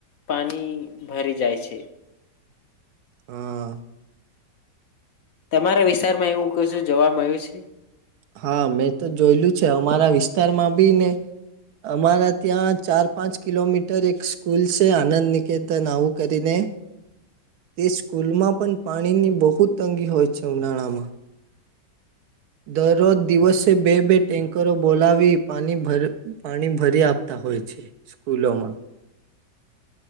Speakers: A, on the left; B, on the right.
A: પાણી ભરી જાય છે.
B: હા.
A: તમારા વિસ્તારમાં એવું કસુ જોવા મળ્યું છે.
B: હા મેં તો જોયેલું છે અમારા વિસ્તારમાં બી ને અમારા ત્યાં ચાર પાંચ કિલોમીટર એક સ્કૂલ છે આનંદ નિકેતન આવું કરીને. તે સ્કૂલમાં પણ પાણીની બહુ તંગી હોય છે ઉનાળામાં. દરરોજ દિવસે બે બે ટેન્કરો બોલાવી પાણી ભર પાણી ભરી આપતા હોય છે સ્કૂલોમાં.